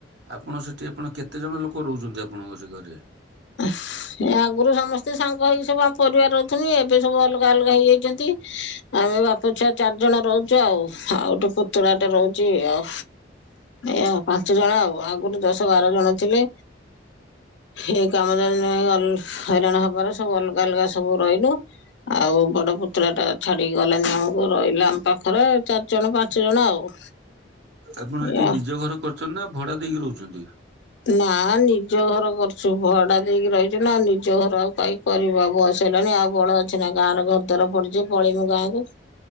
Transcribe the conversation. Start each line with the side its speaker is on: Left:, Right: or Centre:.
Right: ଆପଣ ସେଠି ଆପଣ କେତେ ଜଣ ଲୋକ ରହୁଛନ୍ତି ଆପଣଙ୍କ ସେ ଘରେ।
Left: <inaudible> ଆଗରୁ ସମସ୍ତେ ସାଙ୍ଗ ହେଇକି ସବୁ ଆମ ପରିବାର ଅହୁଥୁନୁ ଏବେ ସବୁ ଅଲଗା ଅଲଗା ହେଇଯାଇଚନ୍ତି। ଆମେ ବାପ ଛୁଆ ଚାରି ଜଣ ରହୁଚୁ ଆଉ। ଆଉ ଗୋଟେ ପୁତୁୁର ଟେ ରହୁଚୁ ଆଉ! ଏଇଆ ଆଉ ପାଞ୍ଚ ଜଣ ଆଉ ଆଗରୁ ଦଶ ବାର ଜଣ ଥିଲେ। ଏଇ କାମ ହଇରାଣ ହବାର ସବୁ ଅଲଗା ଅଲଗା ସବୁ ରହିଲୁ ଆଉ ବଡ ପୁତୁରାଟା ଛାଡିକି ଗଲାନି ଆମକୁ ରହିଲା ଆମ ପାଖରେ ଚାରିଜଣ ପାଞ୍ଚ ଜଣ ଆଉ
Right: ଆପଣ
Left: ଏଇଆ
Right: ସେଠି ନିଜ ଘର କରଛନ୍ତି ନା ଭଡା ଦେଇକି ରହୁଛନ୍ତି?
Left: ନା-ଆ-ଆ ନିଜ ଘର କରିଛୁ, ଭଡା ଦେଇକି ରହିଛୁ ନା ଆଉ ନିଜ ଘର ଆଉ କାଇଁ। କରିବା ବୟସ ହେଲାଣି ଆଉ ବଳ ଅଛି ନା ଗାଁ ରେ ଘରଦ୍ବାର ପଡିଛି ପଳେଇମୁ ଗାଁକୁ।